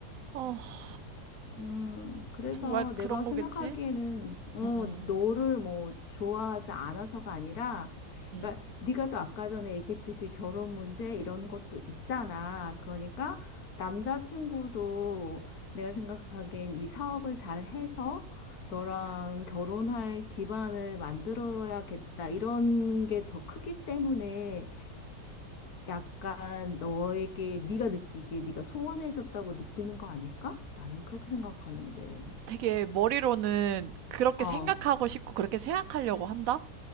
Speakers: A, on the right; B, on the left.
A: 어
B: 음, 그래서
A: 정말 그런
B: 내가
A: 거겠지
B: 생각하기에는 어,
A: 음 음,
B: 너를 뭐 좋아하지 않아서가 아니라
A: 음.
B: 그러니까 네가 또 아까 전에 얘기했듯이 결혼 문제 이런 것도 있잖아. 그러니까 남자친구도 내가 생각하기엔 이 사업을 잘 해서 너랑 결혼할 기반을 만들어야겠다. 이런 게 더 크기 때문에 약간 너에게 네가 느끼기에 네가 소원해졌다고 느끼는 거 아닐까? 나는 그렇게 생각하는데.
A: 되게 머리로는 그렇게
B: 어,
A: 생각하고 싶고 그렇게 생각하려고 한다